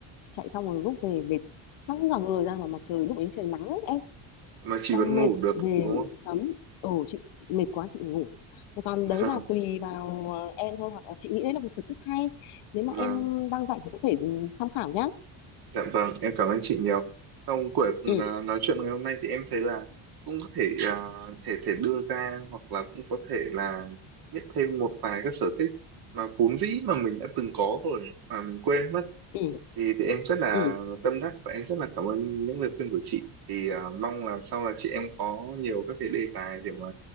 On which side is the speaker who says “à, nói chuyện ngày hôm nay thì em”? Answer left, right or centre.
Right